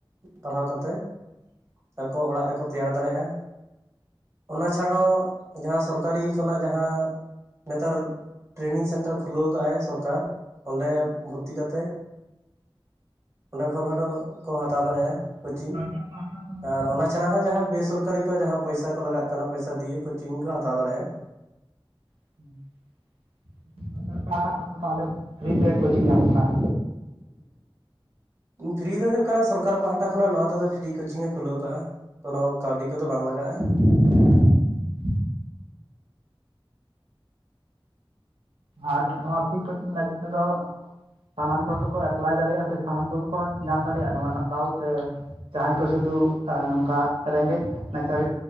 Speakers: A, on the right; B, on the right.
A: ᱯᱟᱲᱦᱟᱣ ᱠᱟᱛᱮᱫ ᱟᱠᱚ ᱚᱲᱟᱜ ᱨᱮᱠᱚ ᱛᱮᱭᱟᱨ ᱫᱟᱲᱮᱭᱟᱜᱼᱟ᱾ ᱚᱱᱟ ᱪᱷᱟᱲ ᱦᱚᱸ ᱡᱟᱦᱟᱸ ᱥᱚᱨᱠᱟᱨᱤ ᱠᱷᱚᱱᱟᱜ ᱡᱟᱦᱟᱸ ᱱᱮᱛᱟᱨ ᱴᱨᱮᱱᱤᱝ ᱥᱮᱱᱴᱟᱨ ᱠᱷᱩᱞᱟᱹᱣ ᱟᱠᱟᱫᱼᱟᱭ ᱥᱚᱨᱠᱟᱨ ᱚᱸᱰᱮ ᱛᱤ ᱠᱟᱛᱮ ᱚᱸᱰᱮ ᱠᱷᱚᱱ ᱦᱚᱸ ᱠᱚ ᱦᱟᱛᱟᱣ ᱫᱟᱲᱮᱭᱟᱜᱼᱟ᱾
B: ᱟᱪᱪᱷᱟ
A: ᱠᱳᱪᱤᱝ
B: ᱥᱚᱨᱠᱟᱨ ᱯᱟᱦᱴᱟ ᱠᱷᱚᱱ
A: ᱟᱨ
B: ᱫᱚ
A: ᱚᱱᱟ ᱪᱷᱟᱲᱟ ᱪᱷᱟᱲᱟ ᱦᱚᱸ ᱡᱟᱦᱟᱸ ᱵᱮᱥᱚᱨᱠᱟᱨᱤ ᱠᱚ ᱡᱟᱦᱟᱸ ᱯᱚᱭᱥᱟ ᱠᱚ ᱞᱟᱜᱟᱜ ᱠᱟᱱᱟ᱾ ᱯᱚᱭᱥᱟ ᱫᱤᱭᱮ ᱠᱳᱪᱤᱝ ᱠᱚ ᱦᱟᱛᱟᱣ ᱫᱟᱲᱮᱭᱟᱜᱼᱟ᱾
B: <unintelligible> ᱠᱷᱚᱱ ᱫᱚ ᱛᱟᱦᱚᱞᱮ ᱯᱷᱨᱤ ᱛᱮ ᱠᱳᱪᱤᱝ ᱧᱟᱢᱚᱜ ᱠᱟᱱᱟ᱾
A: ᱯᱷᱤᱨᱤ ᱫᱚ ᱦᱩᱭᱩᱜ ᱠᱟᱱᱟ ᱥᱚᱨ ᱠᱟᱨ ᱯᱟᱦᱴᱟ ᱠᱷᱚᱱᱟᱜ ᱱᱚᱣᱟ ᱛᱮᱫᱚ ᱯᱷᱨᱤ ᱠᱳᱪᱝ ᱮ ᱠᱷᱩᱞᱟᱹᱣ ᱠᱟᱜᱼᱟ᱾ ᱠᱳᱱᱳ ᱠᱟᱹᱣᱰᱤ ᱠᱚᱫᱚ ᱵᱟᱝ ᱞᱟᱜᱟᱜᱼᱟ᱾
B: <inaudible> ᱟᱨ ᱱᱚᱣᱟ ᱯᱷᱨᱤ ᱠᱳᱪᱤᱝ ᱞᱟᱹᱜᱤᱫ ᱛᱮᱫᱚ᱾ ᱥᱟᱱᱟᱢ ᱠᱚᱜᱮᱠᱚ ᱮᱯᱞᱟᱭ ᱫᱟᱲᱮᱭᱟᱜᱼᱟ᱾ ᱥᱮ ᱥᱟᱱᱟᱢ ᱠᱚᱜᱮ ᱠᱚ ᱧᱟᱢ ᱫᱟᱲᱮᱭᱟᱜᱼᱟ᱾ ᱱᱚᱣᱟ ᱨᱮᱱᱟᱜ ᱫᱟᱣ ᱥᱮ ᱡᱟᱦᱟᱸᱭ ᱠᱚ ᱥᱩᱫᱩ ᱱᱚᱝᱠᱟ ᱨᱮᱸᱜᱮᱡ ᱱᱟᱪᱟᱨ